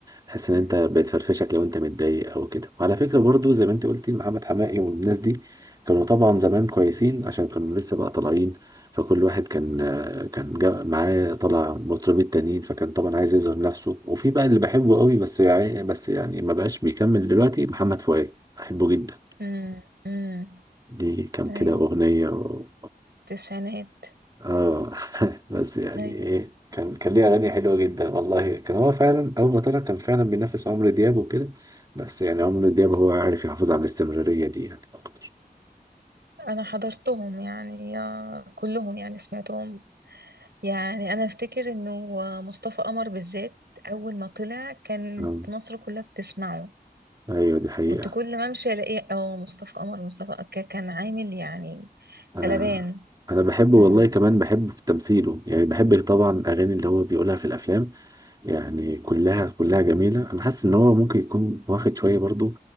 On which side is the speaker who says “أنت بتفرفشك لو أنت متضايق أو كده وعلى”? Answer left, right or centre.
Right